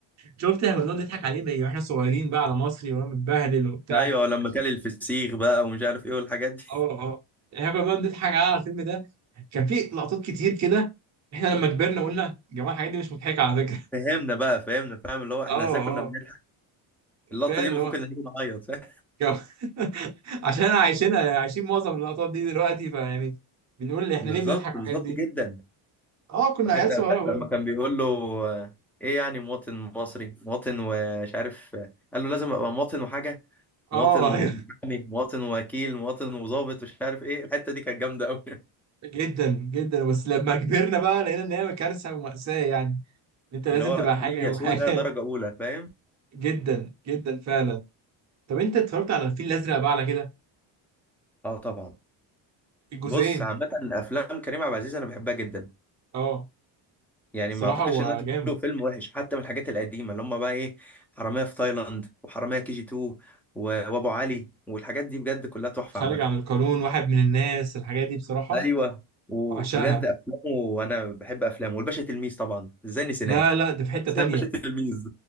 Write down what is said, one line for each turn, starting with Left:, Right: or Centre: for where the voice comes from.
Right: شفت احنا كنا بنقعد نضحك عليه بقى واحنا صغيرين بقى على مصري وانا متبهدل وبتاع
Centre: ايوه لما كان الفسيخ بقى ومش عارف ايه والحاجات دي
Right: اه اه احنا كنا بنقعد نضحك على الفيلم ده كان في لقطات كتير كده احنا لما كبرنا قلنا يا جماعه الحاجات دي مش مضحكه على فكره
Centre: فهمنا بقى فهمنا فاهم اللي هو احنا
Right: <laughs> اه
Centre: ازاي كنا بنضحك
Right: اه
Centre: اللقطة
Right: فعلا
Centre: دي المفروض كنا نيجي نعيط فاهم
Right: كم- <laughs> عشان عايشين عايشين معظم اللقطات دي دلوقتي فيعني بنقول احنا
Centre: بالظبط
Right: ليه بنضحك على
Centre: بالظبط
Right: الحاجات دي
Centre: جدا
Right: اه كنا
Centre: وحتى
Right: عيال صغيره
Centre: بتاعت
Right: برضه
Centre: لما كان بيقول له آه، ايه يعني مواطن مصري مواطن ومش عارف آه، قال له لازم ابقى مواطن وحاجة مواطن
Right: اه
Centre: ومحامي
Right: أيوة،
Centre: مواطن ووكيل مواطن وظابط مش عارف ايه الحته دي كانت جامده قوي
Right: <laughs> جدا جدا بس لما كبرنا بقى لقينا ان هي كارثه ومأساة يعني
Centre: <laughs>
Right: انت لازم
Centre: اللي هو
Right: تبقى
Centre: كوميديا
Right: حاجه وحاجه
Centre: سودا درجه اولى فاهم
Right: <laughs> جدا جدا فعلا طب انت اتفرجت على الفيل الازرق بقى على كده
Centre: اه طبعا
Right: الجزئين
Centre: بص عامه الافلام كريم عبد العزيز انا بحبها جدا
Right: اه
Centre: يعني
Right: بصراحه
Centre: ما اعتقدش
Right: هو
Centre: ان انا شفت
Right: جامد
Centre: له فيلم وحش حتى من الحاجات القديمه اللي هم بقى ايه حراميه في تايلاند وحراميه كي جي 2 و- وابو علي والحاجات دي بجد كلها تحفه
Right: خارج
Centre: عامه
Right: عن القانون واحد من الناس الحاجات دي بصراحه
Centre: ايوه وبجد
Right: عشقها
Centre: افلامه وانا بحب افلامه والباشا تلميذ طبعا ازاي نسيناه
Right: لا لا ده في حته
Centre: نسينا
Right: تانية
Centre: الباشا <laughs> تلميذ